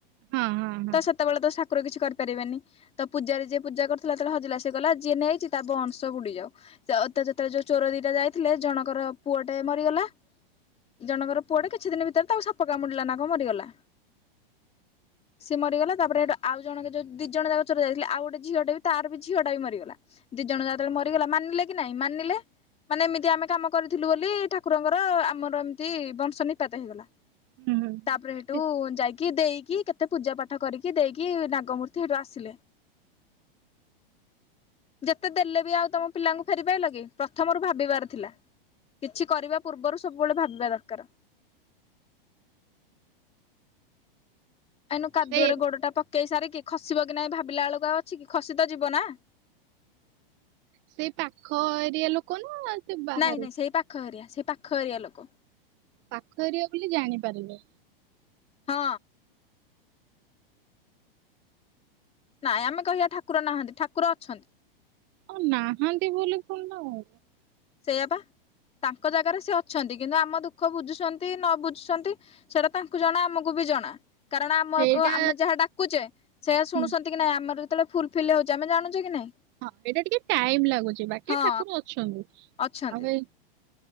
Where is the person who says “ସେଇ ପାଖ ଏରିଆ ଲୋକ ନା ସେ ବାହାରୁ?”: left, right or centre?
Right